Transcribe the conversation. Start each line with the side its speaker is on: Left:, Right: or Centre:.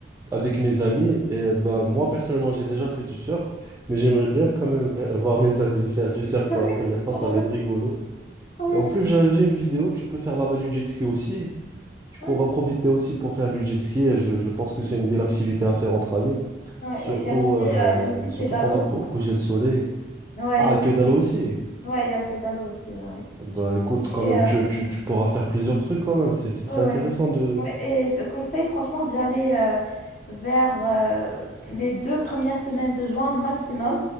Right: avec mes amis et euh, bah, moi personnellement j'ai déjà fait du surf, mais j'aimerais bien quand même v- voir mes amis faire du surf
Left: <laughs>
Right: pour la première fois,
Left: Pardon,
Right: ça va être
Left: juste-
Right: rigolo.
Left: ouais,
Right: Et en plus, j'avais
Left: tu-
Right: vu une vidéo, tu peux faire là-bas du jet ski aussi. Du coup,
Left: ouais,
Right: on va profiter aussi pour faire du jet ski. Et je, je pense que c'est une belle activité à faire entre amis,
Left: ouais,
Right: surtout,
Left: ouais, Il y a aussi,
Right: euh,
Left: euh, il y a aussi
Right: surtout
Left: le pédalo.
Right: pendant le, cou- le coucher de soleil.
Left: Ouais,
Right: Ah,
Left: c'est-
Right: le pédalo aussi.
Left: ouais, il y a le pédalo aussi. ouais.
Right: Bah écoute, quand
Left: Et,
Right: même,
Left: euh,
Right: tu, tu, tu pourras faire plusieurs trucs quand même. C'est, c'est très
Left: ouais, ouais,
Right: intéressant de...
Left: ouais. Et je te conseille franchement d'y aller euh, vers euh, les deux premières semaines de juin maximum,